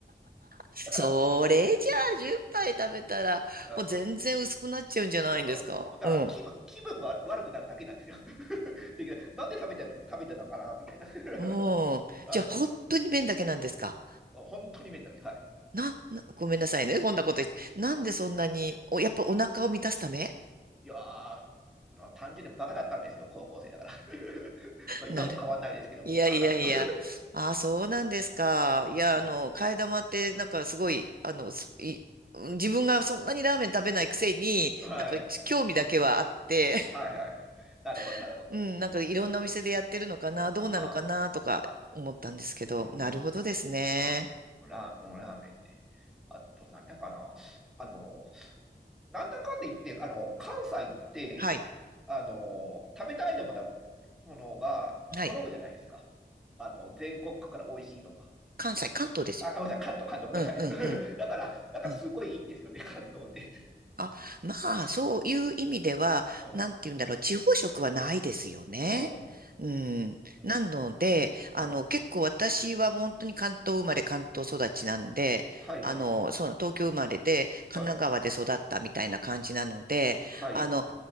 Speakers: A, on the right (about 55°); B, in the centre.
A: それじゃあ、
B: だから、す
A: 10杯食べたら、
B: あ、
A: もう全然薄くなっちゃうんじゃないんですかうん。
B: うん。もうだから気分、気分が悪くなるだけなんですよ。<laughs> で、なんで食べてる、食べてたのかなみたいな。
A: おー。
B: <laughs> はい。
A: じゃあ、本当に麺だけなんですか
B: 本当に麺だけ。はい。
A: な、な、ごめんなさいね。こんなこと言って。
B: うん。
A: なんでそんなに、お、やっぱお腹を満たすため
B: いやー、あの、単純にバカだったんですよ、高校生だから。<laughs> まあ今も変わんないですけども、
A: なる。いやいやいや。
B: バカなんですよ。<laughs>
A: ああ、そうなんですか。いや、
B: うん。
A: あの、替え玉って、なんかすごい、あの、すい、自分がそんなにラーメン食べないくせに、
B: はい。
A: なんか興味だけはあって、
B: はいはい。なるほど、
A: <laughs>
B: なるほど。
A: うん、なんかいろんなお店でやってるのかな、
B: うん。
A: どうなのかな、
B: ああ、
A: とか思ったんですけど、
B: ああ、うん、
A: なるほどですね。
B: あラ、うんラーメンで。あと、なんだかな。あの、なんだかんで言って、あの、関西って、
A: はい、
B: あの、食べたいと思ったものが揃うじゃないですか。
A: はい。
B: あの、全国区から美味しいとか。
A: 関西、関東ですよ
B: あ、ごめんなさい、関東、関東、
A: ね。
B: ごめんなさ
A: うん、うん、うん。
B: い。<laughs> だから、だからすごいいいんですよね、
A: うん
B: 関東って。
A: あ、まあ、そういう意味では、
B: うん、
A: なんて言うんだろう、地方食はないですよね。
B: うん、
A: うん。
B: うん。
A: なので、あの、
B: はい。
A: 結構私は本当に関東生まれ、関東育ちなんで、
B: はい、
A: あの、
B: はい、
A: そうな、東京生まれで、神奈川で育ったみたいな感じなので、
B: はい。はい、
A: あの、